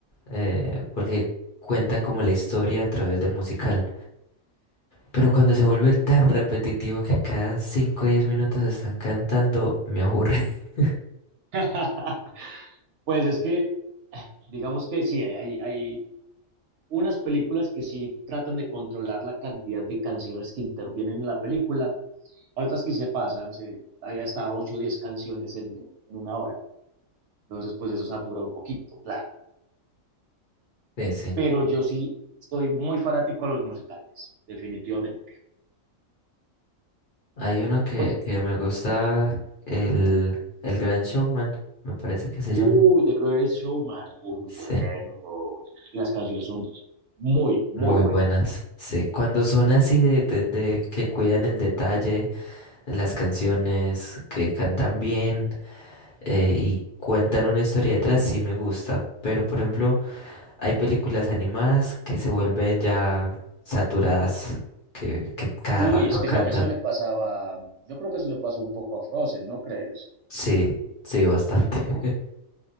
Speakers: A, on the left; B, on the right.
A: eh, porque cuentan como la historia a través del musical. Pero cuando se vuelve tan repetitivo que cada cinco o 10 minutos están cantando, me aburre. <laughs>
B: <laughs> Pues es que, digamos que sí, hay, hay, hay unas películas que sí tratan de controlar la cantidad de canciones que intervienen en la película, hay otras que se pasan, se, hay hasta 8 o 10 canciones en, en una hora. Entonces, pues eso satura un poquito, claro.
A: Sí, sí.
B: Pero yo sí soy muy fanático a los musicales, definitivamente.
A: Hay uno que,
B: Pues,
A: que me gusta, el, el Gran Showman, me parece que se llama.
B: Uy, The Greatest Showman, uy, muy
A: Sí.
B: bueno. Las canciones son muy, muy
A: Muy
B: buenas.
A: buenas, sí. Cuando son así de, de- de que cuidan el detalle, las canciones, que cantan bien eh, y cuentan una historia detrás, sí me gusta. Pero por ejemplo, hay películas animadas que se vuelven ya saturadas, que, que cada rato
B: Uy, es que
A: cantan.
B: eso, eso le pasaba, yo creo que eso le pasó un poco a Frozen, ¿no crees?
A: Sí, sí, bastante. <laughs>